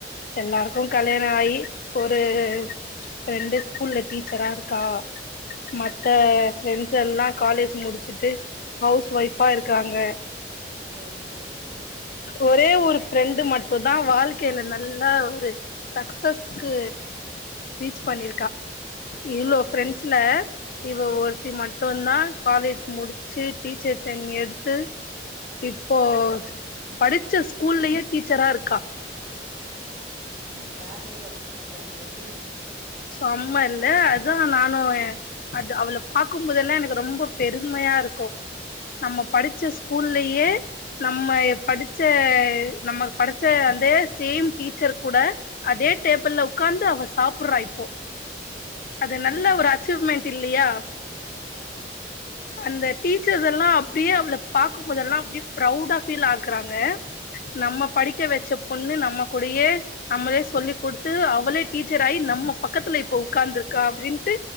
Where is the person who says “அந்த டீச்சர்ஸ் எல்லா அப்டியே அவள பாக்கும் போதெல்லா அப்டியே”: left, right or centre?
Left